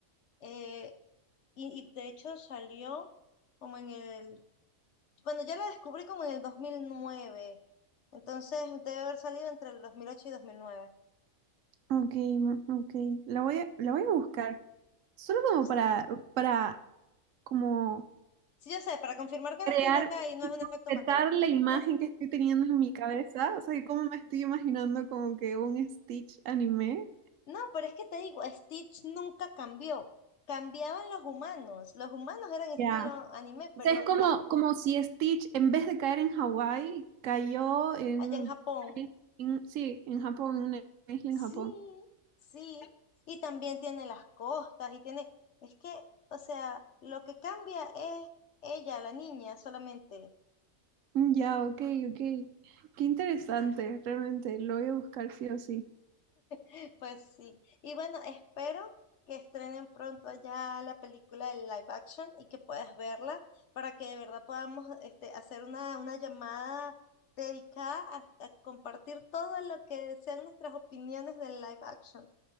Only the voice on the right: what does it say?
Ok, ma- ok. La voy a, la voy a buscar. Solo como
para, para como
crear
y
completar
la imagen
que estoy teniendo en mi cabeza. O sea, que como me estoy imaginando como que un Stitch anime.
Ya.
O
sea, es como,
como si Stitch, en vez de caer en Hawái, cayó en,
en- sí, en Japón, en una isla
en Japón.
Ya, ok, ok. Qué interesante, realmente. Lo voy a buscar sí o sí.